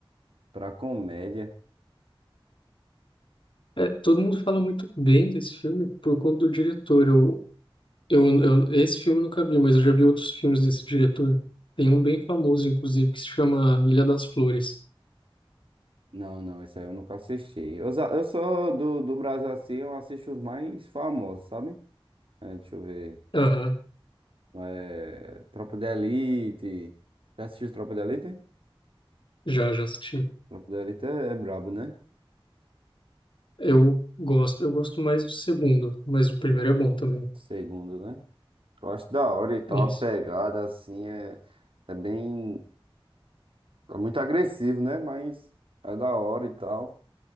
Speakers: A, on the right (about 70°); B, on the left (about 60°).
A: pra comédia.
B: É, todo mundo fala muito bem desse filme por conta do diretor. Eu, eu, eu, esse filme eu nunca vi, mas eu já vi outros filmes desse diretor. Tem um bem famoso, inclusive, que se chama Ilha das Flores.
A: Não, não, isso aí eu nunca assisti. Eu, sa- eu sou do, do Brasil assim, eu assisto os mais famosos, sabe? É, deixa eu ver.
B: Aham,
A: É, Tropa de Elite. Já assistiu Tropa de Elite?
B: já, já assisti.
A: Tropa de Elite é, é brabo, né?
B: Eu gosto, eu gosto mais do segundo, mas o primeiro é bom também.
A: Segundo, né? Eu acho da hora e tal,
B: Isso.
A: a pegada assim é, é bem. É muito agressivo, né? Mas é da hora e tal.